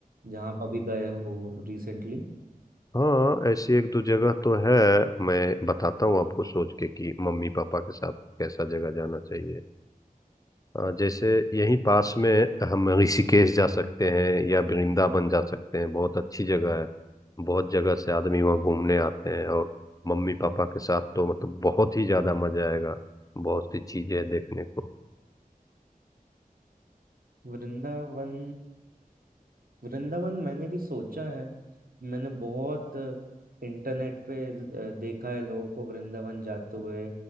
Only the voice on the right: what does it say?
जहाँ आप अभी गए हो रिसेंटली
वृंदावन वृंदावन मैंने भी सोचा है मैंने बहुत इंटरनेट पे अ, देखा है लोगों को वृंदावन जाते हुए